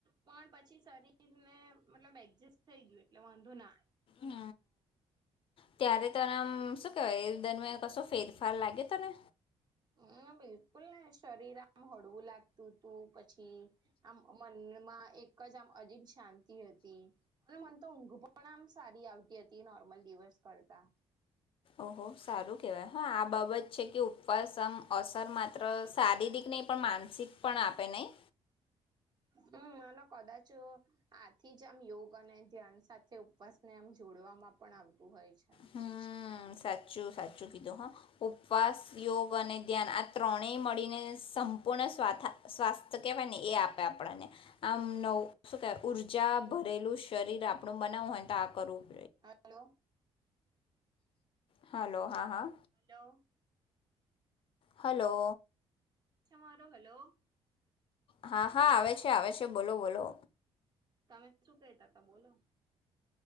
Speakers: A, on the right; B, on the left.
A: પણ પછી શરીર ને મતલબ એડજસ્ટ થઈ ગયું એટલે વાંધો ના
B: હ ત્યારે તનેમ શું કેવાય દરમિયાન કશો ફેરફાર લાગે તને
A: હમ્મ બિલકુલ નસ શરીર આમ હળવું લાગતું તું પછી આમ મનમાં એક જ આમ અજીબ શાંતિ હતી અને મન તો ઊંઘ પણ આમ સારી આવતી હતી નોર્મલી દિવસ કરતા
B: ઓહો સારું કેવાય હા આ બાબત છે કે ઉપવાસ આમ અસર માત્ર શારીરિક નહી પણ માનસિક પણ આપે નહી
A: હમ્મ અને કદાચ આથી જ આમ યોગ અને ધ્યાન સાથે ઉપવાસ ને આમ જોડ ખોડવામાં પણ આવતું હોય છે
B: હમ સાચું સાચું કીધું હા ઉપવાસ યોગ અને ધ્યાન આ ત્રણે મળીને સંપૂર્ણ સ્ સ્વાસ્થ્ય કહેવાય ને એ આપે આપણને આમ નવ શું કહેવાય ઉર્જા ભરેલું શરીર આપણું બનાવું હોય તો આ કરવું
A: હ હલો
B: હાલ હલો હા હા
A: હલો
B: હલો
A: મારો હલો
B: હા હા આવે છે આવે છે બોલો બોલો
A: તમે શું કહેતા હતા બોલો